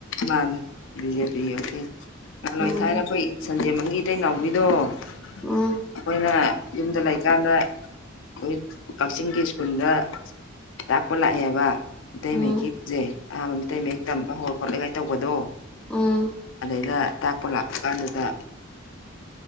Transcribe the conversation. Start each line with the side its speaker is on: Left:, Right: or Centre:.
Left: ꯃꯅꯦ ꯕꯤꯖꯦꯄ <inaudible> ꯑꯣꯏ
Centre: ꯎꯝ
Left: ꯊꯥꯏꯔꯈꯣꯏ ꯏꯁꯟ ꯃ ꯏꯇꯩꯅꯥꯎꯕꯤꯗꯣ ꯑꯩꯈꯣꯏꯅ
Centre: ꯎꯝ
Left: ꯌꯨꯝꯗ ꯂꯩꯀꯥꯟꯗ ꯑꯩꯈꯣꯏ ꯀꯛꯆꯤꯡꯒꯤ ꯁ꯭ꯀꯨꯜꯗ ꯇꯥꯛꯄ ꯂꯥꯛꯑꯦ ꯕ ꯃꯤꯇꯩ
Centre: ꯎꯝ
Left: ꯃꯌꯦꯛꯀꯤꯁꯦ ꯑꯍꯥꯟꯕ ꯃꯤꯇꯩ ꯃꯌꯦꯛ ꯇꯝꯕ ꯍꯧꯔ ꯈꯣꯠꯂꯦꯒꯥꯏ ꯇꯧꯕꯗꯣ
Centre: ꯎꯝ ꯎꯝ
Left: ꯑꯗꯩꯗ ꯇꯥꯛꯄ ꯂꯥꯛꯄ ꯀꯥꯟꯗꯨꯗ